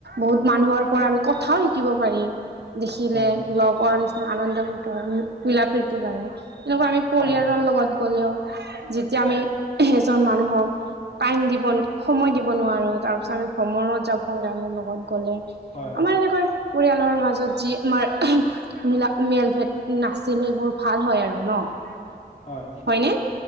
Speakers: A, on the right (about 85°); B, on the left (about 45°).
A: বহুত মানুহৰ পৰা আমি কথাও শিকিব পাৰিম। <unintelligible> দেখিলে
B: হয়
A: লগৰ নিচিনা আনন্দ <inaudible> মিলা প্ৰীতি বাঢ়ে। এনেকুৱা আমি পৰিয়ালৰ
B: হয়
A: লগত গলেও যেতিয়া আমি এজন মানুহক <unintelligible> টাইম দিব <inaudible> সময় দিব নোৱাৰো। তাৰ পিছত আমি ভ্ৰমণত যাব পৰিয়ালৰ লগত গ'লে <inaudible>
B: হয় <inaudible>
A: আমাৰ এনেকৈ পৰিয়ালৰ মাজত যি আমাৰ <inaudible> মিলা মেলভেদ নাছিল সেইবোৰ ভাল হয় আৰু ন? <unintelligible>
B: হয়।
A: হয়নে